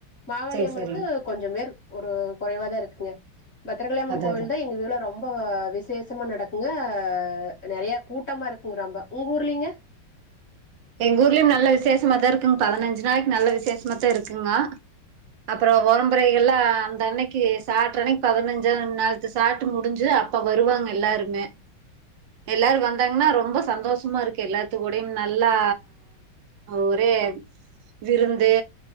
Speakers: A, on the left; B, on the right.
A: மாகாளியம்மனுக்கு
B: செரி செரிங்
A: கொஞ்ச பேர் ஒரு கொறைவா தா இருக்குங்க பத்தரகாளியம்மன்
B: அதா
A: கோயில்
B: அதா
A: தா எங்க இதுல ரொம் ப விசேஷமா நடக்குங்க நெறைய கூட்டமா இருக்குங்க ரெம்ப உங்க ஊர்லிங்க
B: எங்க ஊர்லயு நல்ல விசேஷமா தா இருக்குங் பதினஞ்சு நாளைக்கு நல்ல விசேஷமா தா இருக்குங்க அப்புறோ வொறம்பறை கல்லா அந்த அன்னைக்கி சாட்ற அன்னைக் பதினஞ்சா நாள் சாட்டு முடிஞ்சி அப்ப வருவாங்க எல்லாருமே எல்லாரு வந்தாங்கனா ரொம்ப சந்தோஷமா இருக்கு எல்லாத்து கூடயும் நா நல்லா ஒரே விருந்து